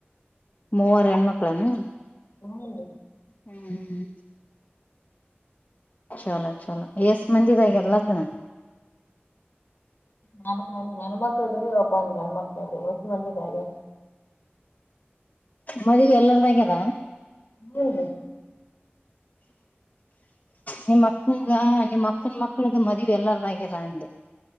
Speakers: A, on the left; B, on the left.
A: ಮೂವರು ಹೆಣ್ಮಕ್ಳನು
B: ಹ್ಮ್
A: ಹ್ಮ್ ಹ್ಮ್ ಚಲೋ ಚಲೋ ಎಷ್ಟ ಮಂದಿದಗ ಲಗ್ನ
B: ನಾಲ್ಕ ನೆಣ ಮಕ್ಳದ್ರೆ ಒಬಂದ್ ಗಣ್ಮಕ್ತದು ವಯಸ್ ಮಂಜು ಹಾಗೆ
A: ಮದ್ವಿ ಎಲ್ಲರದಾಗ್ಯದ
B: ಹ್ಮಞ ರೀ
A: ನಿಮ್ಮ ಅಕ್ಕನ ನಿಮ್ಮ್ ಅಕ್ಕನ ಮಕ್ಕಳ್ದ ಮದ್ೆ ಎಲ್ಲಾರದಾಗಿರ ಅಂದೆ